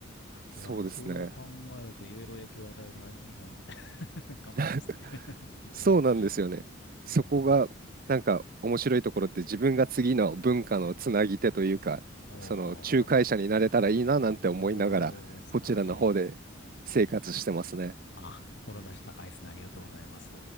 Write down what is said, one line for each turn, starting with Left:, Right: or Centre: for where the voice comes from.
Right: そうですね。
Left: いやー、そう考えると、いろいろ影響を与えるのが日本、<laughs> 頑張ってますね。
Right: <laughs>
Left: <laughs> いいことだ。
Right: そうなんですよね。
Left: うん。
Right: そこがなんか面白いところって自分が次の文化のつなぎ手というか、
Left: おー。
Right: その仲介者になれたらいいななんて思いながら、
Left: おー、素晴らしい。
Right: こちらの方で生活してますね。
Left: あ、志高いですね。ありがとうございます。